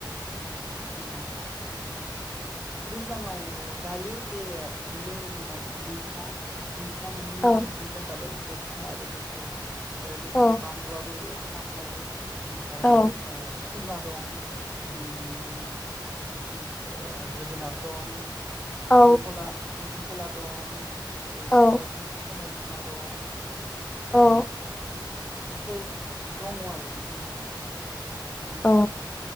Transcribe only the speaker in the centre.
अ ओम ओम दैज्लाङाव ओ। गायो बे गुबे जोंनाव मैथा। मैथा मोननै
रोखोमनि जाखाबाय गोखा आरो गोख <inaudible> ओ लोगोसे
बानलुआबो। थाफायो। ओमफ्राय
ओ। खुमब्रा दं। ओम <unintelligible> जोगोनार दं खांख्रिंखला
खांख्रिंख। खला दं। ओ
सबाय बि समाय बि। मा दं। ओ।
बेफोर दङ आरो बेफोर मैगंफोरा।